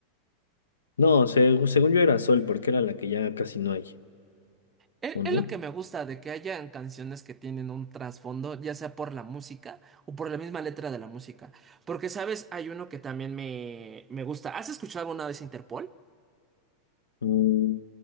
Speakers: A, on the left (about 80°); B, on the right (about 25°).
A: No, seg- según yo era sol, porque era la que ya casi no hay,
B: Es,
A: ¿o no?
B: es lo que me gusta de que hayan canciones que tienen un trasfondo, ya sea por la música o por la misma letra de la música. Porque, ¿sabes? Hay uno que también me, me gusta. ¿Has escuchado alguna vez Interpol?
A: Mm,